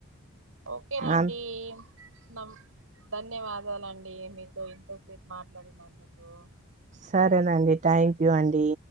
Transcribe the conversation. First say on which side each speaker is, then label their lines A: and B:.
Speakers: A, on the right (about 70°); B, on the right (about 35°).
A: ఓకేనాండి
B: ఆమె
A: నమ్ ధన్యవాదాలండి మీతో ఇంతసేపు మాట్లాడినందుకు
B: సరేనండి థ్యాంక్యూ అండి